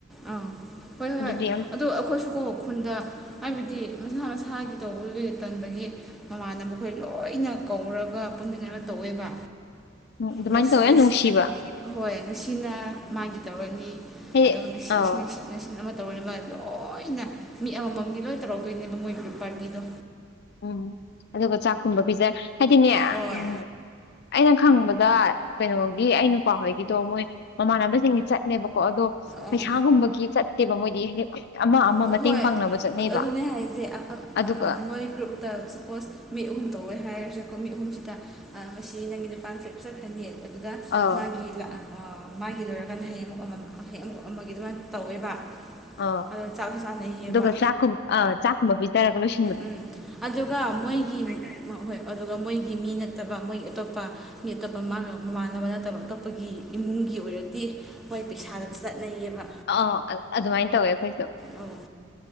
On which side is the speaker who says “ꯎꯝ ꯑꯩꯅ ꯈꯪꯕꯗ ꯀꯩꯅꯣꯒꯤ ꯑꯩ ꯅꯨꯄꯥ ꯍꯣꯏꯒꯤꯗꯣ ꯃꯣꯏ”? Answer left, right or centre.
Left